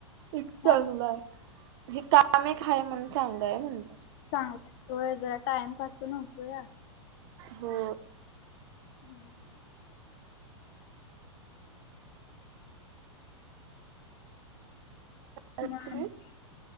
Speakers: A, on the right (about 55°); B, on the left (about 45°).
A: एक
B: हा
A: चांगलं आहे हे काम आहे काय म्हण चांगलं आहे म्हणलं
B: चांगलाोय जरा टाइमपास तर नव्हतो या
A: हो
B: हम्म
A: ारत
B: म आणि